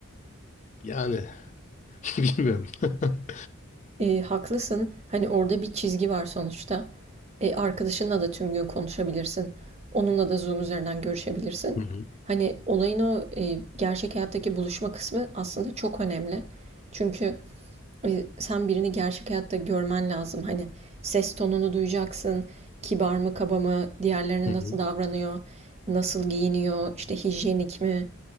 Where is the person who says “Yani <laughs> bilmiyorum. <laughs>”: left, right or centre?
Left